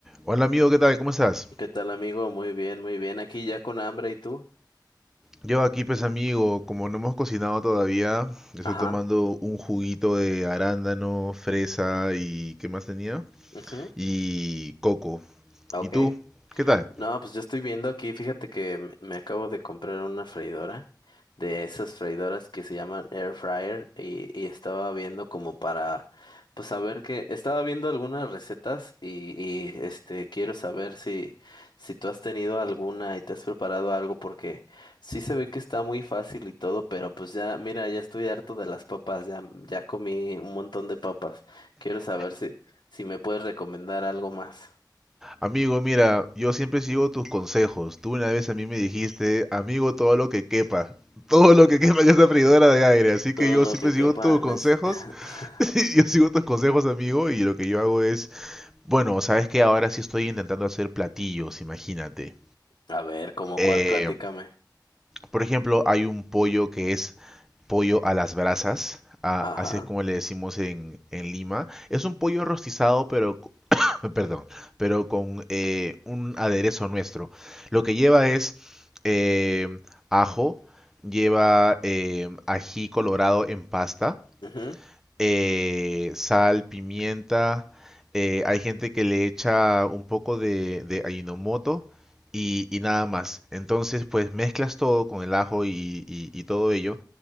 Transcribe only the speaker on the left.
¿Qué tal, amigo? Muy bien, muy bien. Aquí ya con hambre, ¿y tú?
Ajá.
ujú,
Ok.
No, pues yo estoy viendo aquí, fíjate que me me acabo de comprar una freidora de esas freidoras que se llaman air fryer y, y estaba viendo como para, pues saber que, estaba viendo algunas recetas y, y este, quiero saber si, si tú has tenido alguna y te has preparado algo porque sí se ve que está muy fácil y todo, pero pues ya, mira, ya estoy harto de las papas, ya, ya comí un montón de papas. Quiero saber si, si me puedes recomendar algo más.
Todo
lo
que
quepa
en
ese. <laughs>
A ver, ¿como
cuál? Platícame.
Ajá.
ujú,